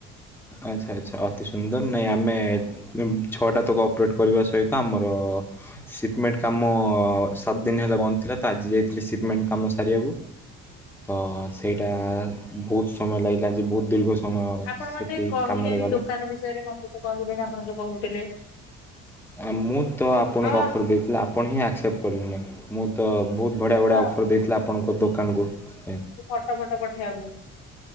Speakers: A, in the centre; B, on the left.
A: ଆଚ୍ଛା ଆଚ୍ଛା। ଅତି ସୁନ୍ଦର, ନାଇଁ ଆମେ ଛଅଟା ତକ ଅପରେଟ କରିବା ସହିତ ଆମର ସିପମେଣ୍ଟ କାମ ସାତ ଦିନ ହେଲା ବନ୍ଦ ଥିଲା, ତ ଆଜି ଯାଇଥିଲି ସିପମେଣ୍ଟ କାମ ସାରିବାକୁ। ତ ସେଇଟା ବହୁତ ସମୟ ଲାଗିଲା ଯେ, ବହୁତ ଦୀର୍ଘ ସମୟ
B: ଆପଣ
A: ସେଠି
B: ମତେ କହିଲେନି
A: କାମରେ ଗଲା।
B: ଦୋକାନ ବିଷୟରେ ମତେ ତ କହିଲେନି, ଆପଣ ଯୋଉ କହୁଥିଲେ।
A: ଆ ମୁଁ ତ ଆପଣଙ୍କୁ
B: ଅ
A: ଅଫର୍ ଦେଇଥିଲି ଆପଣ ହିଁ ଆକ୍ସେପ୍ଟ କଲେନେଇଁ। ମୁଁ ତ ବହୁତ ବଢ଼ିଆ
B: ମୁଁ
A: ବଢ଼ିଆ
B: ତ
A: ଅଫର୍ ଦେଇଥିଲି ଆପଣଙ୍କ ଦୋକାନକୁ। ପାଇଁ।
B: ଫଟ ଫଟ ପଠେଇଆକୁ।